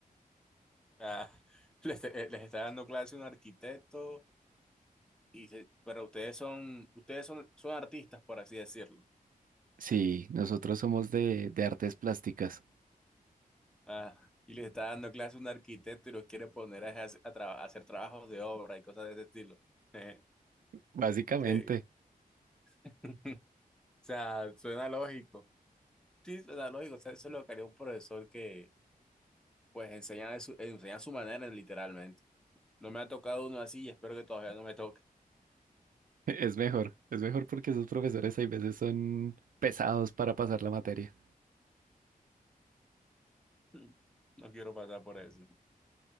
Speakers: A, in the centre; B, on the right.
A: Ah, <laughs> les, eh, les está dando clase un arquitecto, y se- pero ustedes son, ustedes son, son artistas, por así decirlo.
B: Sí, nosotros somos de, de artes plásticas.
A: Ah, y les está dando clase un arquitecto y los quiere poner a, hacer- a tra- a hacer trabajos de obra y cosas de ese estilo. Eh,
B: Básicamente,
A: que, <laughs> o sea, suena lógico. Sí, suena lógico. O sea, eso es lo que haría un profesor que pues enseñan de su, enseñan a su manera, literalmente. No me ha tocado uno así y espero que todavía no me toque.
B: <laughs> es mejor, es mejor porque esos profesores hay veces son pesados para pasar la materia.
A: <laughs> No quiero pasar por eso.